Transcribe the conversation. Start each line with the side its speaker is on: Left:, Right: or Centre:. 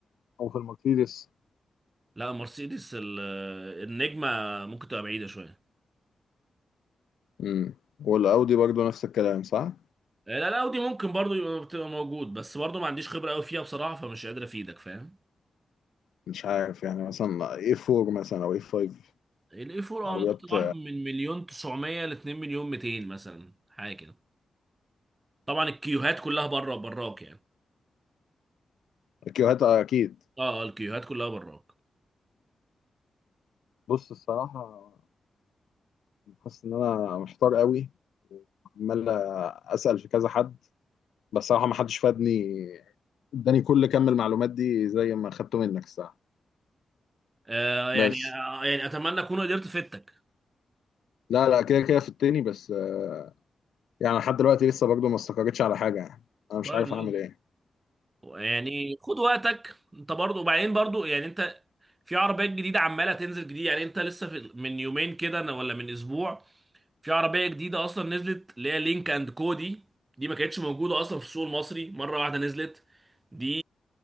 Left: او في المرسيدس
Right: لا مرسيدس ال- النجمة ممكن تبقى بعيدة شوية
Left: امم والاودي برضه نفس الكلام صح
Right: آه، لا لا اودي ممكن برضو يبقى بتبقى موجود بس برضو ما عنديش خبرة قوي فيها بصراحة فمش قادر افيدك فاهم
Left: مش عارف يعني مثلا اي 4 مثلا او اي 5
Right: الاي 4
Left: عربيات
Right: اه ممكن تروح من مليون 900 ل 2 مليون 200 مثلا حاجة كده طبعا الكيوهات كلها بره براك يعني
Left: كيوهات اكيد
Right: اه آه، الكيوهات كلها براك
Left: بص الصراحه حاسس ان انا محتار قوي عمال اسال في كذا حد بس صراحه ما حدش فادني اداني كل كم المعلومات دي زي ما خدته منك الصراحه
Right: آه
Left: بس
Right: يعني آه يعني اتمنى اكون قدرت افيدتك
Left: لا لا كده كده في التاني بس آه، يعني لحد دلوقتي لسه برضه ما استقرتش على حاجة يعني أنا مش
Right: طيب
Left: عارف
Right: زي
Left: أعمل
Right: الفل.
Left: إيه
Right: يعني خد وقتك انت برضو وبعدين برضو يعني انت في عربيات جديدة عمالة تنزل جديد يعني انت لسه في من يومين كده أنا- ولا من اسبوع في عربيه جديده اصلا نزلت اللي هي لينك اند كو دي دي ما كانتش موجوده اصلا في السوق المصري مره واحده نزلت دي